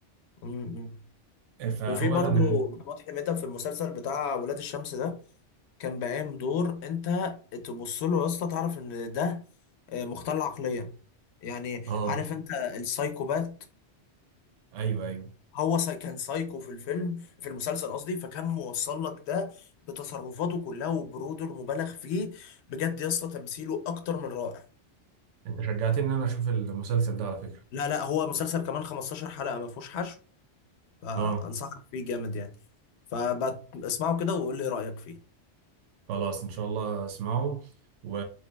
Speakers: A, on the left; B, on the right.
A: أمم، أمم.
B: آه، فهو
A: وفي برضو
B: لا من
A: محمود حميدة في المسلسل بتاع ولاد الشمس ده كان بقام دور انت تبص له يا اسطى تعرف ان ده آه، مختل عقليا يعني
B: آه
A: عارف انت السايكوبات
B: أيوه أيوه
A: هو سا- كان سايكو في الفيلم في المسلسل قصدي فكان موصل لك ده بتصرفاته كلها وبروده المبالغ فيه بجد يا اسطى تمثيله اكتر من رائع
B: أنت شجعتني إن أنا أشوف المسلسل ده على فكرة
A: لا لا هو مسلسل كمان 15 حلقة ما فيهوش حشو فانصحك
B: آه
A: فيه جامد يعني فاسمعه كده وقول لي رأيك فيه
B: خلاص ان شاء الله اسمعه و...